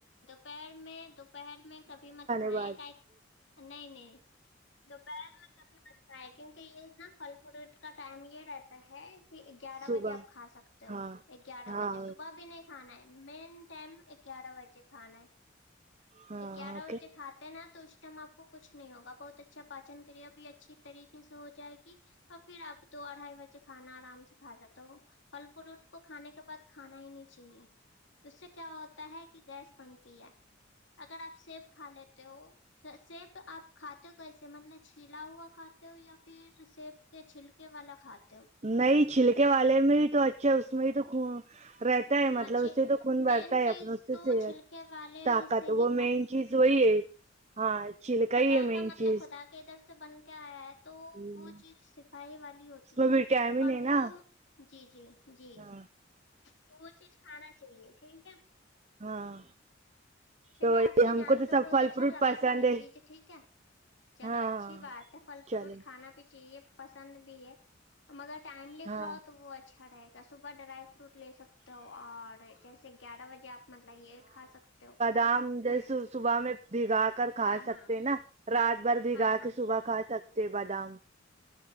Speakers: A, on the left; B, on the right.
A: پیر میں دک پہر میں کبھی مت کھائےیں
B: بعد
A: کا نہیں نہیں دوپہر میں کبھی مت کھائے کیونکہ یہ نا پھل فروٹ کا ٹائم یہ رہتا ہے کہ ہے کہ گیارہ
B: صبح
A: بجے آپ کھا سکتے ہو
B: ہاں
A: گیارہ
B: ہاں
A: بجے صبح بھی نہیں کھانا ہے مین ٹائم گیارہ بجے کھانا ہے
B: ہاں
A: یہ کیاار
B: اوکے
A: وہ کات ہیں نا اسٹمپ کوچھ نہیں ہوگا بہت اچھا پاچن کریا بھی اچھی طریقے سے ہو جائے گی تو پھر اب تو اڑھائی بجے کھانا آرام سے کھا جاتا ہو پھل فروٹ کو کھانے کے بعد کھانا ہی نہیں چاہیے اس سے کیا ہوتا ہے کہ گیس بنتی ہے اگر آپ سیب کھا لیتے ہو تو سیب آپ کھاتے ہو کیسے مطلب چھیلا ہوا کھاتے ہو یا پھر سیب کے چھلکے والا کھاتے ہو
B: نہیں چھلکے والے میں ہی تو اچھا اس میں بھی تو رہتا ہے
A: ہاں
B: مطلب
A: چھ
B: اس سے تو خون بٹھتا
A: مین
B: ہے
A: چیز
B: اپنا اس سے
A: تو
B: صحت
A: چھلکے والے
B: طاقت
A: سے ہی
B: وہ مین چیز وہی ہے ہاں چھلکا
A: ختا
B: ہی ہے
A: کا
B: مین
A: مطلب
B: چیز
A: ختا کے ادھر سے بن کے آیا ہے تو
B: اس
A: وہ چیز سفاہی والی ہوتی
B: میں
A: ہے
B: وٹامن
A: اور
B: ہے
A: وہ
B: نا
A: جی جی جی
B: ہاں
A: تو وہ چیز کھانا چاہیے ٹھیک ہے
B: ہاں
A: چلے
B: تو
A: آپ سے
B: ہم
A: جان
B: کو تو
A: کر
B: سب
A: بہت
B: پھل
A: اچھا
B: فروٹ
A: لگا
B: پسند
A: ساری
B: ہے
A: چیز ٹھیک ہے چلو
B: ہاں
A: اچھی بات ہے پھل فروٹ
B: چلے
A: کھانا بھی چاہیے پسند بھی ہے مگر ٹائملی
B: ہاں
A: کھاؤ تو وہ اچھا رہے گا صبح ڈرائی فروٹ لے سکتے ہو اور جیسے گیارہ بجے آپ مطلب یہ کھا سکتے ہو
B: شام جیسے
A: ہوں
B: صبح میں بھگا کر کھا
A: ہاں ہاں
B: سکتے نا رات بھر بھگا
A: ہاں ہاں
B: کے صبح کھا سکتے بادام